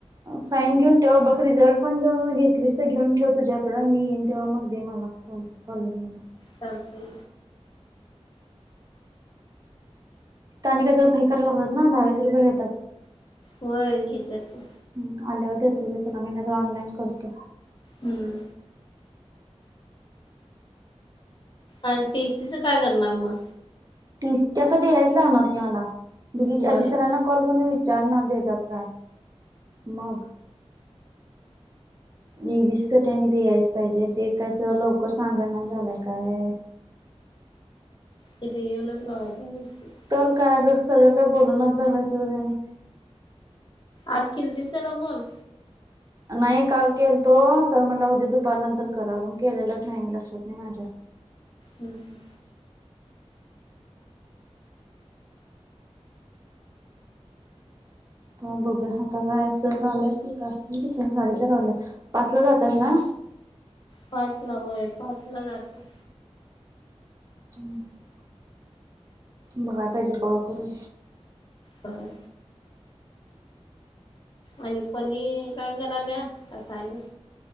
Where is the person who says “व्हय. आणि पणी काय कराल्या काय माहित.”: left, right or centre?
Left